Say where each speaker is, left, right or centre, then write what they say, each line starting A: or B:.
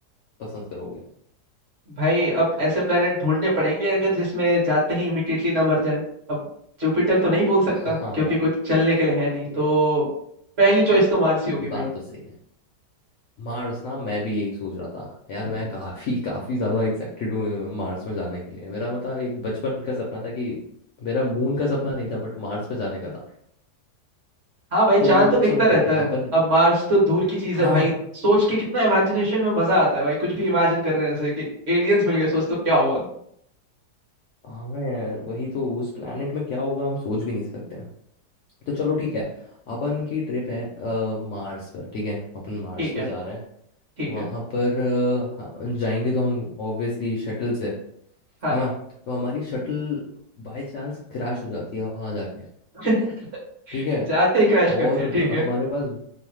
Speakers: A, on the left; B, on the right.
A: पसंद करोगे
B: भाई अब ऐसे प्लेनेट ढूंढने पड़ेंगे अगर जिसमें जाते ही इमिडिएटली ना मर जाए अब जुपिटर तो नहीं बोल सकता
A: <laughs> हाँ हाँ
B: क्योंकि कुछ चलने के लिए है नहीं
A: यार
B: तो पहली चॉइस तो मार्स ही होगी
A: बात
B: भाई
A: तो सही है मार्स ना मैं भी यही सोच रहा था यार मैं काफी काफी ज्यादा एक्साइटेड हूँ मार्स में जाने के लिए मेरा मतलब एक बचपन का सपना था कि मेरा मून का सपना नहीं था बट मार्स पे जाने का
B: हम्म,
A: था
B: हाँ भाई
A: तो
B: चांद तो दिखता
A: चलो
B: रहता
A: ठीक है
B: है
A: अपन
B: अब मार्स तो दूर की चीज
A: हाँ
B: है भाई सोच के कितना इमेजिनेशन में मजा आता है भाई कुछ भी इमेजिन कर रहे हैं ऐसे कि एलियंस मिल गए सोच तो क्या हुआ
A: हाँ यार वही तो उस प्लेनेट में क्या होगा हम सोच भी नहीं सकते हैं तो चलो ठीक है अपन की ट्रिप है अ, मार्स पर ठीक है अपन मार्स
B: ठीक
A: पर
B: है
A: जा रहे हैं
B: ठीक
A: वहाँ
B: है
A: पर अ, हाँ, जाएंगे तो हम ऑब्वियसली शटल से
B: हाँ
A: है ना तो हमारी शटल बाय चांस क्रैश हो जाती है वहां जाके
B: <laughs>
A: ठीक है
B: जाते ही क्रैश
A: और
B: कर दिया
A: <laughs>
B: ठीक है
A: हमारे पास